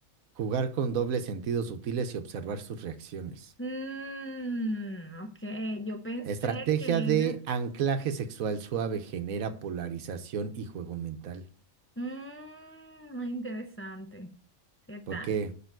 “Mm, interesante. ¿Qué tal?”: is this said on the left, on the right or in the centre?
Left